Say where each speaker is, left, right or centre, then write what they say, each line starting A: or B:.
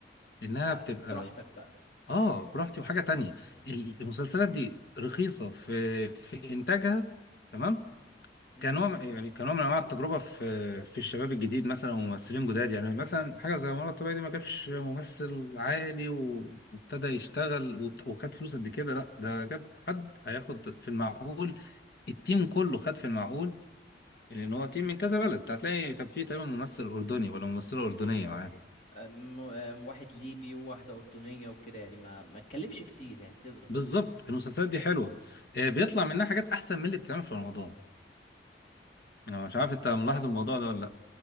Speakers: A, on the left; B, on the left.
A: إنها
B: آه،
A: بتبقى
B: براحتك بقى
A: آه براحتي وحاجة تانية المسلسلات دي رخيصة في في إنتاجها تمام
B: امم
A: كنوع يعني كنوع من انواع التجربه في في الشباب الجديد مثلا وممثلين جداد يعني مثلا حاجه زي مرة الطبيعي دي ما جابش ممثل عالي و- وابتدى يشتغل وبت- وخد فلوس قد كده لا ده جاب حد هياخد في المعقول التيم كله خد في المعقول لان هو تيم
B: امم
A: من كذا بلد هتلاقي كان فيه تقريبا ممثل اردني ولا ممثله اردنيه معاه
B: آم، آم، واحد ليبي وواحدة أردنية وكده يعني ما ما تكلفش كتير يعني تقدر تقول
A: بالظبط المسلسلات دي حلوه آه، بيطلع منها حاجات احسن من اللي بتتعمل في رمضان انا مش عارف انت ملاحظ
B: بصراحة
A: الموضوع ده ولا لا